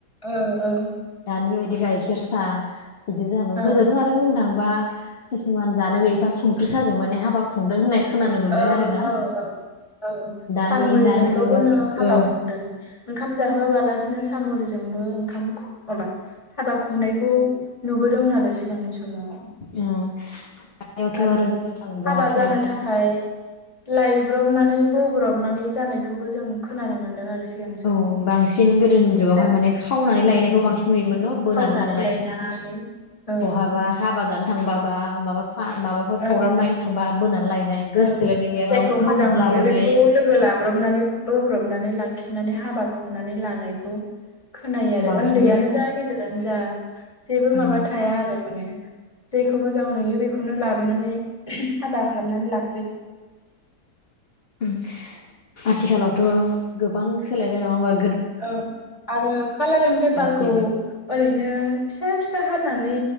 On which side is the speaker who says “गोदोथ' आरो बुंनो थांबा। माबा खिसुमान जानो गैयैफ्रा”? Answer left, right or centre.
Left